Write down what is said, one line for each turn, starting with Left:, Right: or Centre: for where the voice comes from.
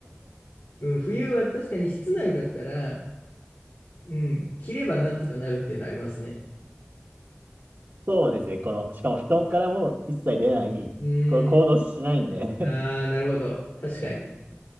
Left: うん、冬は確かに室内だったら、うん、着ればなんとかなるっていうのはありますね。
Right: そうですね、この、しかも布団からもう一切出ない、
Left: うーん。
Right: これ行動しないんで、
Left: ああ、なるほど。確かに。